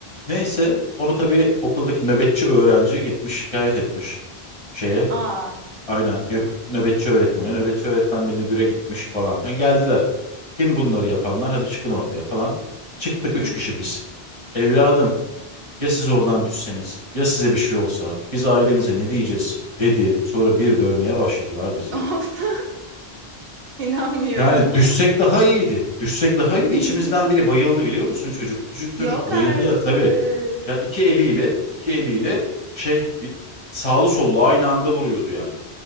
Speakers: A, on the left; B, on the right.
A: Neyse onu tabii okuldaki nöbetçi öğrenci gitmiş şikayet etmiş şeye.
B: Aa.
A: Aynen nöb- nöbetçi öğretmene. Nöbetçi öğretmen de müdüre gitmiş falan filan. Geldiler. Kim bunları yapanlar? Hadi çıkın ortaya falan. Çıktık üç
B: Hı hı.
A: kişi biz. Evladım ya siz oradan düşseniz ya size bir şey olsa biz ailenize ne diyeceğiz dedi. Sonra bir dövmeye başladılar bizi.
B: Of. <laughs> İnanmıyorum.
A: Yani düşsek daha iyiydi. Düşsek daha
B: <laughs>
A: iyiydi. İçimizden biri bayıldı biliyor musun çocuk? Küçük çocuk
B: Yok
A: bayıldı
B: artık.
A: ya tabii. Ya iki eliyle, iki eliyle şey y- sağlı sollu aynı anda vuruyordu yani.